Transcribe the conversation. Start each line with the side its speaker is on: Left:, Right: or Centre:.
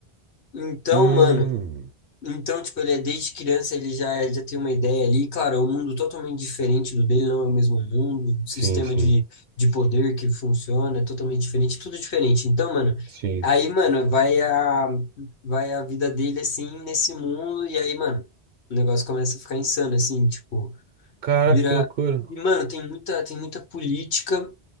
Left: Então,
Right: Hum,
Left: mano, Então, tipo, ele é desde criança, ele já, já tem uma ideia ali. Claro, é um mundo totalmente diferente do dele, não é o mesmo mundo. O sistema
Right: sim, sim.
Left: de, de poder que funciona é totalmente diferente, tudo diferente. Então, mano,
Right: Sim.
Left: aí, mano, vai a, vai a vida dele, assim, nesse mundo. E aí, mano, o negócio começa a ficar insano, assim, tipo,
Right: Caraca,
Left: vira...
Right: que loucura.
Left: E, mano, tem muita, tem muita política.